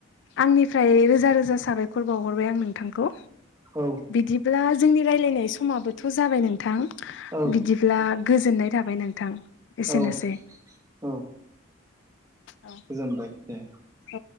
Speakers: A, on the left; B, on the right.
A: आंनिफ्राय रोजा रोजा साबायखर बावहरबाय आं नोंथांखौ
B: औ
A: बिदिब्ला जोंनि रायलायनाय समाबोथ' जाबाय नोंथां
B: औ
A: बिदिब्ला गोजोननाय थाबाय नोंथां। एसेनोसै
B: औ औ
A: औ
B: गोजोनबाय दे।
A: औ